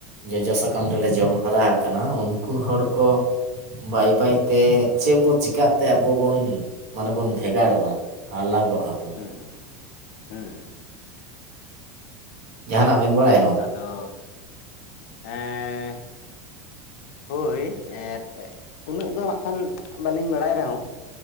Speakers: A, on the right; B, on the left.
A: ᱡᱚᱡᱚ ᱥᱟᱠᱟᱢ ᱨᱮᱞᱮ ᱡᱚᱢ ᱦᱟᱨᱟ ᱟᱠᱟᱱᱟ ᱩᱱᱠᱩ ᱦᱚᱲ ᱠᱚ ᱵᱟᱭ ᱵᱟᱭ ᱛᱮ ᱪᱮᱜ ᱵᱚ ᱪᱤᱠᱟᱜ ᱛᱮ ᱟᱵᱚ ᱵᱚᱱ ᱢᱟᱱᱮ ᱵᱚᱱ ᱵᱷᱮᱜᱟᱲᱚᱜᱼᱟ, ᱟᱞᱟᱜᱚᱜᱼᱟ ᱵᱚ᱾
B: ᱦᱮᱸ ᱦᱮᱸ
A: ᱡᱟᱦᱟᱱᱟᱜ ᱵᱮᱱ ᱵᱟᱲᱟᱭᱟ ᱱᱚᱣᱟ?
B: ᱟᱫᱚ ᱮᱸ ᱦᱳᱭ ᱮᱸᱫ, ᱩᱱᱟᱹᱜ ᱫᱚ ᱦᱟᱸᱜ ᱠᱷᱟᱱ ᱵᱟᱹᱞᱤᱧ ᱵᱟᱲᱟᱭ ᱨᱮᱦᱚᱸ